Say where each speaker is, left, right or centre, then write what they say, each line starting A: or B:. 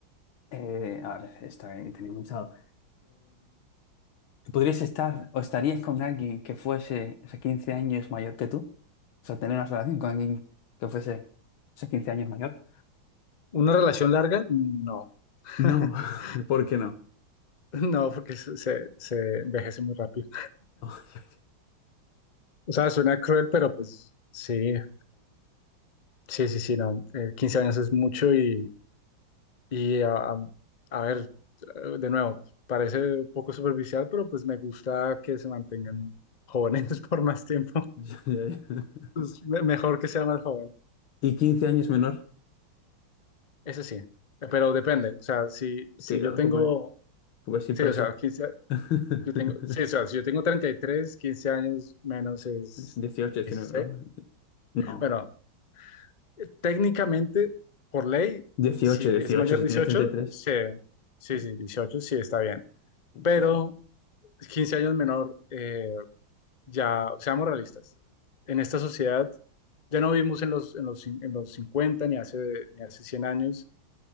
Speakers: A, on the left; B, on the left.
A: eh, a ver, esta que tenía pensado. ¿Podrías estar o estarías con alguien que fuese, o sea, 15 años mayor que tú? O sea, tener una relación con alguien que fuese, o sea, 15 años mayor.
B: ¿Una relación larga? No, <laughs>
A: No, <laughs> ¿por qué no?
B: no, porque se, se- se envejece muy rápido.
A: <laughs>
B: O sea, suena cruel, pero pues sí, eh, sí, sí, sí, no. Eh, 15 años es mucho y, y a, a- a ver, eh, de nuevo, parece un poco superficial, pero pues me gusta que se mantengan jóvenes <laughs> por más tiempo.
A: Ya, ya, ya.
B: Pues, me- mejor que sea más joven.
A: Y 15 años menor.
B: Ese sí, eh, pero depende. O sea, si, si
A: Cuidado
B: yo tengo,
A: que puedes, que puedes ir
B: sí,
A: preso.
B: o sea, quince, a-
A: <laughs>
B: yo tengo, sí, o sea, si yo tengo 33, 15 años menos es
A: Es 18, 19,
B: 16.
A: ¿no? No.
B: Bueno, eh, técnicamente, por ley,
A: 18,
B: si
A: 18,
B: es mayor
A: si
B: de
A: tienes
B: 18,
A: 33.
B: se- sí,
A: Sí,
B: sí, 18, sí está bien. Pero
A: sí, sí.
B: 15 años menor, eh, ya, seamos realistas, en esta sociedad ya no vivimos en los, en los, cin- en los 50 ni hace, ni hace cien años